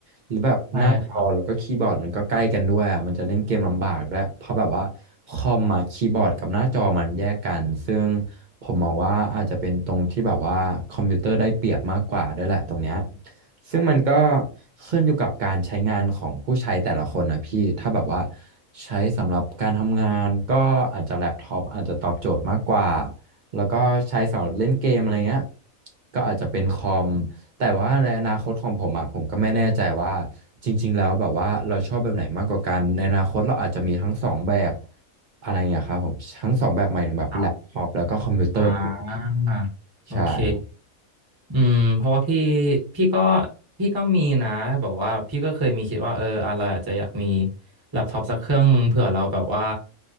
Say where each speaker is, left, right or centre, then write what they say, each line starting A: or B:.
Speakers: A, on the right (about 60°); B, on the right (about 20°).
A: หรือแบบหน้าจอแล้วก็คีย์บอร์ดมันก็ใกล้กันด้วยอะมันจะเล่นเกมลำบากด้วยเพราะแบบว่าคอมอะคีย์บอร์ดกับหน้าจอมันแยกกันซึ่ง
B: ใช่ครับ
A: ผมมองว่าอาจจะเป็นตรงที่แบบว่าคอมพิวเตอร์ได้เปรียบมากกว่าด้วยแหละตรงเนี้ย ซึ่งมันก็ขึ้นอยู่กับการใช้งานของผู้ใช้แต่ละคนนะพี่ถ้าแบบว่าใช้สำหรับการทำงานก็อาจจะแล็ปท็อปอาจจะตอบโจทย์มากกว่าแล้วก็ใช้สำหรับเล่นเกมอะไรเงี้ยก็อาจจะเป็นคอมแต่ว่าในอนาคตของผมอ่ะผมก็ไม่แน่ใจว่าจริงๆแล้วแบบว่าเราชอบแบบไหนมากกว่ากันในอนาคตเราอาจจะมีทั้งสองแบบอะไรเงี้ยครับผมทั้งสองแบบหมายถึงแบบแล็ปท็อปแล้วก็คอมพิวเตอร์
B: ครับอ่าโอเค
A: ใช่
B: อืมเพราะว่าพี่พี่ก็พี่ก็มีนะแบบว่าพี่ก็เคยมีคิดว่าเอออะไราอาจจะอยากมีแล็ปท็อปสักเครื่องมึงเผื่อเราแบบว่า